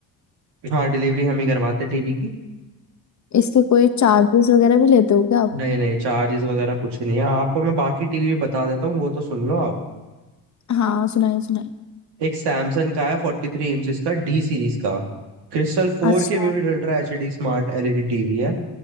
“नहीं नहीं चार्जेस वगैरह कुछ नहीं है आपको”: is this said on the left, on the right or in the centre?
Right